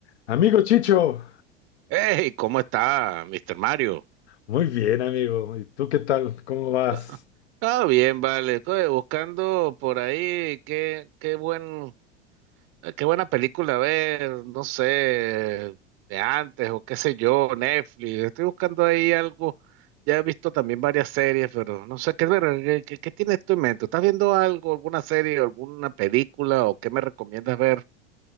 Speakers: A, on the left (about 80°); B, on the right (about 45°).
A: Amigo Chicho,
B: Hey, ¿cómo está, Mister Mario?
A: muy bien, amigo. ¿Y tú qué tal? ¿Cómo vas?
B: Ah, ah, bien, vale. Oye, Buscando por ahí qué, qué buen, eh, qué buena película ver, no sé, de antes o qué sé yo, Netflix. Estoy buscando ahí algo. Ya he visto también varias series, pero no sé qué ver. ¿Qué, qué- qué tienes tú en mente? ¿Estás viendo algo, alguna serie, alguna película o qué me recomiendas ver?